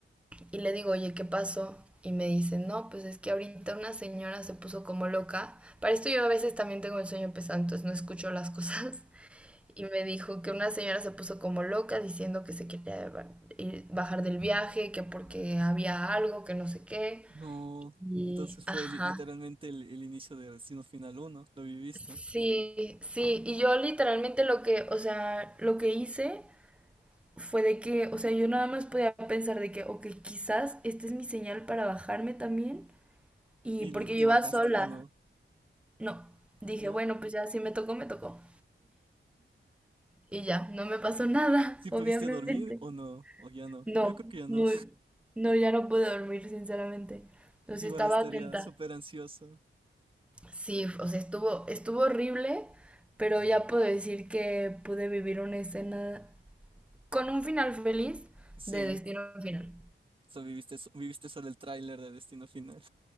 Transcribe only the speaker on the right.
no.
Entonces fue
li- literalmente el, el inicio de Destino Final uno lo viviste.
¿Y
le- te
bajaste
o no?
No.
¿Si
pudiste dormir o no? ¿O ya no?
Yo creo que ya no.
<laughs>
Igual
estaría
súper ansioso.
Sí,
so viviste, so- viviste solo el tráiler de Destino Final.